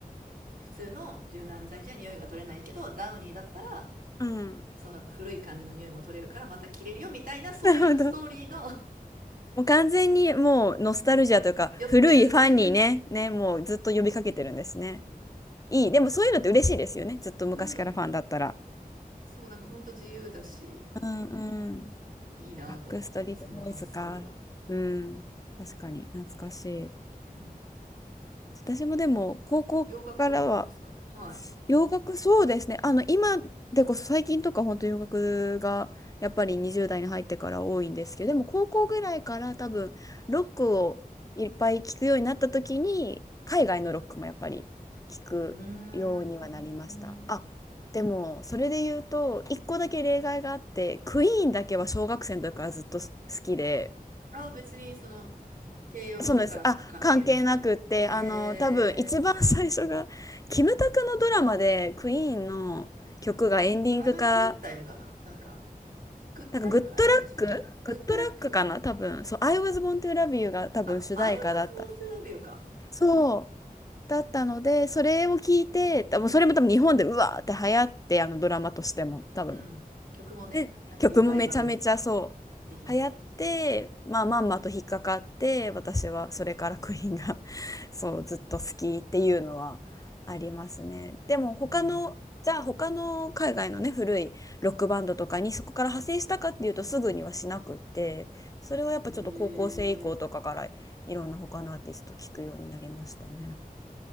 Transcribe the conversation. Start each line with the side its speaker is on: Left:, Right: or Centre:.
Right: 普通の柔軟剤じゃ匂いが取れないけど、ダウニーだったら
Left: うん。
Right: その古い感じの匂いも取れるからまた着れるよみたいな、そういうストーリーの
Left: なるほど。もう完全にもうノスタルジアというか古いファンにね、
Right: <laughs> 寄ってるって。
Left: ね、もうずっと呼びかけてるんですね。いい。でもそういうのって嬉しいですよね。ずっと昔からファンだったら。
Right: うん。そう、なんかほんと自由だし、
Left: うんうん。
Right: いいなと思って、
Left: バックストリートボーイズか。
Right: その発想が。
Left: うん。確かに懐かしい。
Right: うん
Left: 私もでも高校からは
Right: なんか、洋楽とかはどうですかはい。
Left: 洋楽そうですね。あの今でこそ最近とか本当洋楽がやっぱり20代に入ってから多いんですけど、でも高校ぐらいから多分ロックをいっぱい聞くようになった時に海外のロックもやっぱり聞くようにはなりました。
Right: うーん。
Left: あ、でもそれで言うと一個だけ例外があってクイーンだけは小学生の時からずっと好きで。
Right: あ、別にその、軽音だからとか関係なく。
Left: そうです。あ、関係なくって、
Right: へえ。
Left: あの、多分一番最初が、キムタクのドラマで、クイーンの曲がエンディングか、
Right: ハバナグッタイムかななんか、グッタイムあれなんでしたっけグッドラック。
Left: なんか、グッドラックグッドラックかな多分。そう、I was born to love you が多分主題歌だった。
Right: あ、I was born to love you か。
Left: そう。だったので、それを聞いて、多分それも多分日本でうわーって流行って、あのドラマとしても、多分。
Right: うん。曲もね、
Left: で曲もめちゃめちゃそ
Right: なんかリバイバル的な感じで。
Left: う流行ってまあまんまと引っかかって私はそれからクイーンが <laughs> そうずっと好きっていうのはありますね。でも他のじゃあ他の海外のね古いロックバンドとかにそこから派生したかっていうとすぐにはしなくってそれはやっぱちょっと高校生以降とかからいろんな他のアーティスト聞くようになりましたね。
Right: うん。へえ。